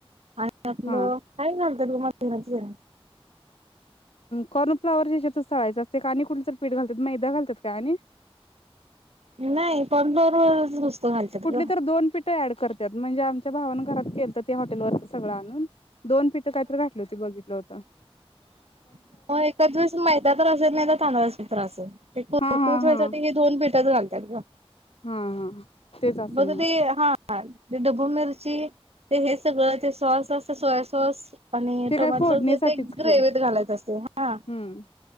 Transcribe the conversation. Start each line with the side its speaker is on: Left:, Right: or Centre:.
Right: आणि आपलं
Left: हा
Right: काय घाल, <unintelligible>
Left: कॉर्नफ्ला च्या हेज्यातच चालायच अस--. ते काणी कुठच पीठ घालतात मैदा घालतात का आणि?
Right: नाही <inaudible>
Left: कुठली
Right: ग
Left: तर दोन पिठं ऍड करतात म्हणजे भावानं घरात केलतं ते हॉटेलवरच सगळं आणून दोन पीठं काहीतरी घातली होती बघितलं होतं. तर.
Right: <inaudible> चल
Left: हा हा
Right: का.
Left: हा हा हा. तेच असेल
Right: बघ ते
Left: मग
Right: हा. डबू मिरची ते हे सगळं ते सॉस सोया सॉस. आणि
Left: ते
Right: टोमॅटो
Left: काय फोडणीसाठीच
Right: अस ते ग्रेवत
Left: की
Right: घालायच असते हा
Left: हम्म